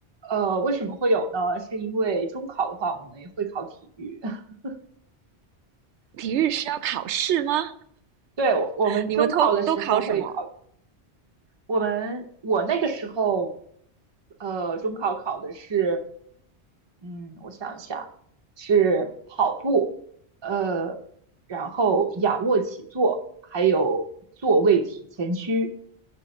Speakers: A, on the right (about 30°); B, on the right (about 80°).
A: 呃，为什么会有呢？是因为中考的话，我们也会考体育。<laughs>
B: 体育是要考试吗？
A: 对，我我们中考的时候会考，
B: 你们都都考什么？
A: 我们我那个时候，呃，中考考的是，嗯，我想一下，是跑步，呃，然后仰卧起坐，还有坐位体前屈，